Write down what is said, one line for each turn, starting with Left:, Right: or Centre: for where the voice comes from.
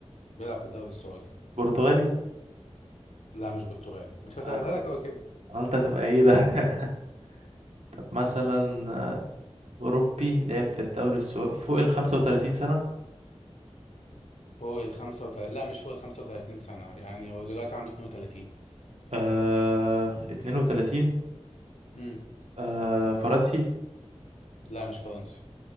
Left: بيلعب في الدوري السعودي
Right: برتغالي
Left: لا مش برتغالي مش هسهلها
Right: أنا قلت
Left: لك أوي كده
Right: أنا قلت هتبقى إيه ده <laughs> طب مثلا آه، أوروبي لعب في الدوري السعودي فوق ال 35 سنة
Left: فوق ال 35 لا مش فوق ال 35 سنة يعني هو دلوقتي عنده 32
Right: آه 32
Left: امم
Right: آه فرنسي
Left: لا مش فرنسي